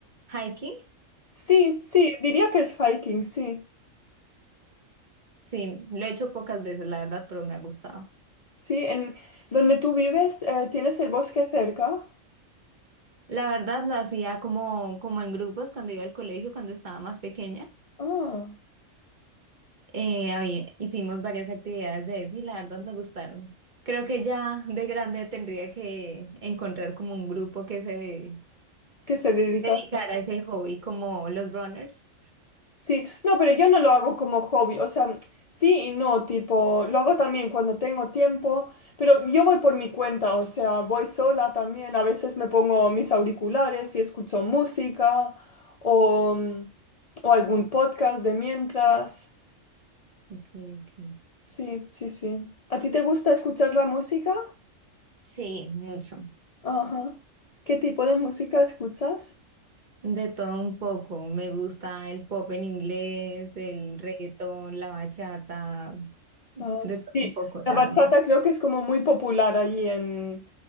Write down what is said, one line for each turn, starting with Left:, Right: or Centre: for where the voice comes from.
Right: hiking,
Left: Sí, sí, diría que es hiking, sí,
Right: sí, lo he hecho pocas veces, la verdad, pero me ha gustado.
Left: sí, en donde tú vives, eh, ¿tienes el bosque cerca?
Right: La verdad lo hacía como, como en grupos cuando iba al colegio, cuando estaba más pequeña
Left: Ah,
Right: Eh, había- hicimos varias actividades de eso y la verdad me gustaron. Creo que ya de grande tendría que encontrar como un grupo que se
Left: ¿qué se dedicas?
Right: dedicara a ese hobby como los runners.
Left: Sí, no, pero yo no lo hago como hobby, o sea, sí y no, tipo, lo hago también cuando tengo tiempo, pero yo voy por mi cuenta, o sea, voy sola también, a veces me pongo mis auriculares y escucho música o, o algún podcast de mientras.
Right: Ok, ok.
Left: Sí, sí, sí. ¿A ti te gusta escuchar la música?
Right: Sí, mucho.
Left: Ajá. ¿Qué tipo de música escuchas?
Right: De todo un poco. Me gusta el pop en inglés, el reggaetón, la bachata,
Left: Ah,
Right: de
Left: sí,
Right: todo
Left: sí.
Right: un poco, la
Left: la bachata
Right: verdad.
Left: creo que es como muy popular allí en,